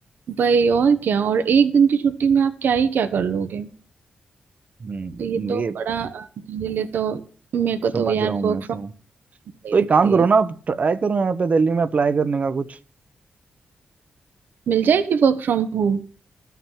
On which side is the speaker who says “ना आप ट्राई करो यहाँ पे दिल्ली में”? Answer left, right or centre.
Right